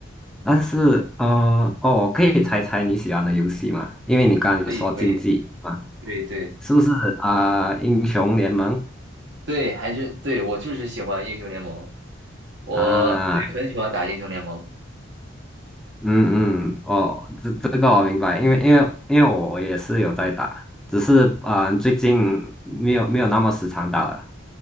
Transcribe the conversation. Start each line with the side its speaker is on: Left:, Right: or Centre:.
Centre: 但是呃，哦，我可以猜猜你喜欢的游戏吗？因为你刚才说竞技啊，
Right: 可以可以，对对
Centre: 是不是啊、英雄联盟
Right: 对，还是对我就是喜欢英雄联盟，我对很喜欢打英雄联盟。
Centre: 啊，嗯嗯，哦，这这个我明白，因为因为因为我也是有在打，只是啊、最近没有没有那么时常打了，